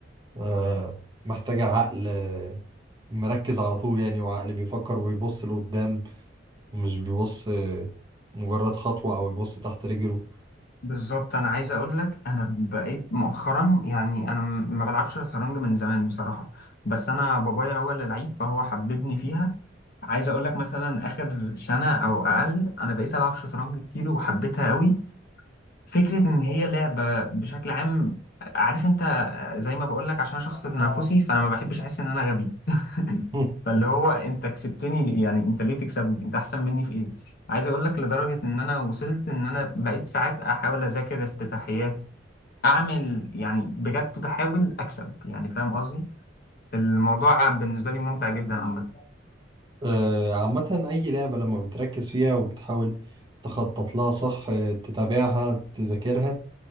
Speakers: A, on the right (about 25°); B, on the left (about 55°).
A: آه، محتاجة عقل آه، مركز على طول يعني وعقل بيفكر وبيبص لقدام مش بيبص آه، مجرد خطوة أو بيبص تحت رجله
B: بالظبط انا عايز اقول لك انا بقيت مؤخرا يعني انا م- ما بلعبش شطرنج من زمان بصراحة بس انا بابايا هو اللي لعيب فهو حببني فيها عايز اقول لك مثلا اخر سنه او اقل انا بقيت العب شطرنج كتير وحبيتها قوي فكره ان هي لعبه بشكل عام عارف انت آه، زي ما بقول لك عشان شخص اه تنافسي فانا ما بحبش احس ان انا غبي <laughs>
A: <laughs>
B: فاللي هو انت كسبتني ليه يعني انت ليه تكسبني انت احسن مني في ايه عايز اقول لك لدرجه ان انا وصلت ان انا بقيت ساعات احاول اذاكر افتتاحيات اعمل يعني بجد بحاول اكسب يعني فاهم قصدي الموضوع بالنسبه لي ممتع جدا عامه
A: آه، عامة أي لعبة لما بتركز فيها وبتحاول تخطط لها صح آه، تتابعها تذاكرها